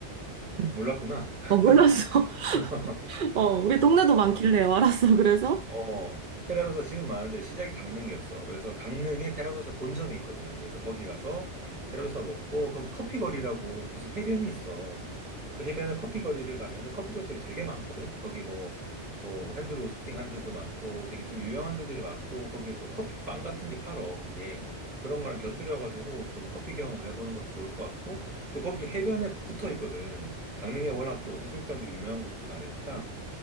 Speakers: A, on the right (about 55°); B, on the right (about 40°).
A: 음.
B: 몰랐구나.
A: 어, 몰랐어.
B: <laughs>
A: <laughs> 어, 우리 동네도 많길래
B: 어.
A: 알았어. 그래서?
B: 어, 테라로서 지금 많은데 시작이 강릉이었어. 그래서 강릉에 테라로서 본점이 있거든. 그래서 거기 가서 테라로서 먹고 거기 커피 거리라고 무슨 해변이 있어. 그 해변에 커피 거리를 가면은 커피숍들이 되게 많거든. 거기 뭐 뭐 핸드 로스팅 한 데도 많고 되게 좀 유명한 데들이 많고 거기에 또 커피빵 같은 게 팔어 거기에 그런 거랑 곁들여가지고 좀 커피 경험을 해보는 것도 좋을 것 같고 또 거기 해변에 붙어 있거든 강릉에 워낙 또 해수욕장들이 유명한 곳들이 많으니까